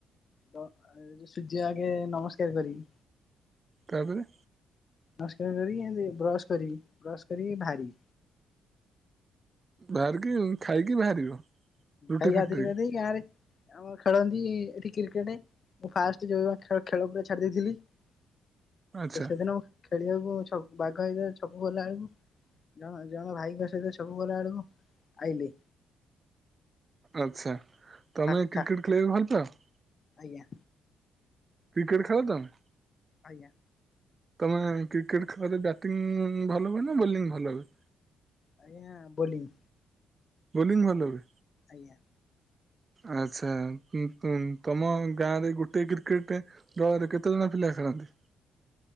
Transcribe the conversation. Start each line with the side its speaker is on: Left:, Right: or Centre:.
Left: ଦ ସୂର୍ଯ୍ୟ ଆଗେ ନମସ୍କାର କରିବି।
Right: ତାପରେ?
Left: ନମସ୍କାର କରିକି ଏମିତି ବ୍ରସ କରିବି ବ୍ରସ୍ କରିକି ବାହାରିବି।
Right: ବାହାରିକି ଖାଇକି ବାହାରିବ? ରୁଟି
Left: ଖାଇ
Right: ଫ୍ୟାକ୍ଟ୍ରି
Left: ଗାଧେଇ ପାଧେଇ ଗାଁରେ ଆମ ଖେଳନ୍ତି ଏଠି କ୍ରିକେଟ। ମୁଁ ଫାଷ୍ଟ ଯଉ ଖେ-ଖେଳ ପୁରା ଛାଡି ଦେଇଥିଲି ସେ-ସେ
Right: ଆଚ୍ଛା
Left: ସେଦିନ ମୁ ଖେଳିବାକୁ ଛ ବାଘ ହେଇଥାଏ ଛକ କୁ ଗଲା ବେଳକୁ ଜଣ ଜଣ ଭାଇଙ୍କ ସହିତ ସବୁବେଲା ବଡ଼କୁ ଆଇଲି
Right: ଆଚ୍ଛା ତମେ
Left: ଠା ଠା
Right: କ୍ରିକେଟ ଖେଳିବାକୁ ଭଲ ପାଅ?
Left: ଆଜ୍ଞା।
Right: କ୍ରିକେଟ ଖେଳ ତମେ?
Left: ଆଜ୍ଞା।
Right: ତମେ କ୍ରିକେଟ ଖେଳରେ ବ୍ୟାଟିଂ ଭଲ ହୁଏ ନା ବୋଲିଂ ଭଲ ହୁଏ?
Left: ଆଜ୍ଞା ବୋଲିଂ।
Right: ବୋଲିଂ ଭଲ ହୁଏ।
Left: ଆଜ୍ଞା।
Right: ଆଚ୍ଛା ଉ ଉ ଉ ତମ ଗାଁରେ ଗୋଟେ କ୍ରିକେଟେ ଡ୍ରରେ କେତେଜଣ ପିଲା ଖେଳନ୍ତି?